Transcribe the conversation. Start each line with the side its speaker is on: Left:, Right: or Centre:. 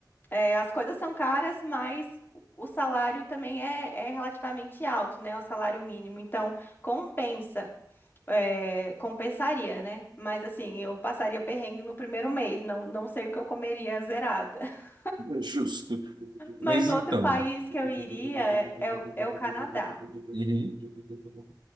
Left: é, as coisas são caras, mas o o salário também é, é relativamente alto, né? O salário mínimo. Então, compensa. é, compensaria, né? Mas assim, eu passaria perrengue no primeiro mês. Não, não sei o que eu comeria zerada. <laughs>
Right: Justo. Mas
Left: Mas outro
Right: então,
Left: país que eu iria
Right: Uhum.
Left: é, é o é o Canadá.